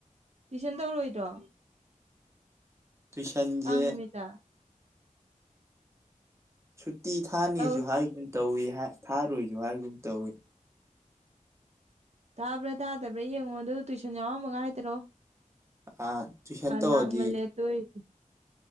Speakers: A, on the right; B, on the right.
A: ꯇꯨꯏꯁꯟ ꯇꯧꯔꯣꯏꯗ꯭ꯔꯣ
B: ꯇ꯭ꯨꯏꯁꯟꯁꯦ
A: ꯀꯥꯡ ꯅꯨꯃꯤꯠꯇ
B: ꯁꯨꯇꯤ ꯊꯥꯅꯤꯁꯨ
A: ꯇꯧ
B: ꯍꯥꯏꯒꯨꯝ ꯇꯧꯏ ꯊꯥꯔꯣꯏꯁꯨ ꯍꯥꯏꯒꯨꯝ ꯇꯧꯏ
A: ꯇꯥꯕ꯭ꯔꯥ ꯇꯥꯗꯕ꯭ꯔꯥ ꯌꯦꯡꯉꯣ ꯑꯗꯨꯗ ꯇꯨꯏꯁꯟ ꯌꯥꯎꯔꯝꯃꯒ ꯍꯥꯏꯗꯔꯑꯣ
B: ꯑꯥ ꯇꯨꯏꯁꯟ ꯇꯧꯔꯗꯤ
A: ꯂꯥꯛꯃꯜꯂꯦ ꯑꯗꯨ ꯑꯣꯏꯗꯤ